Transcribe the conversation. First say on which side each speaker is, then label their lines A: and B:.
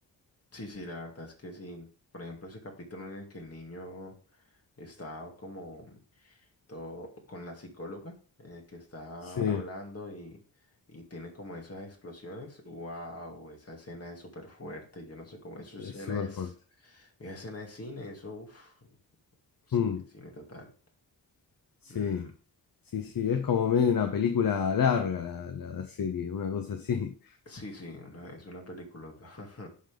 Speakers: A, on the left; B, on the left.
A: Sí, sí, la verdad es que sí. Por ejemplo, ese capítulo en el que el niño está como todo con la psicóloga, en el que está
B: Sí,
A: hablando y, y tiene como esas explosiones. Wow, esa escena es súper fuerte. Yo no sé cómo, esa
B: es
A: escena
B: súper
A: es,
B: fuerte.
A: esa escena es cine, eso, uf, cine,
B: Mm,
A: cine total.
B: sí,
A: Mm,
B: sí, sí, es como medio una película larga la, la serie, una cosa así.
A: sí, sí, una- es una película. <laughs>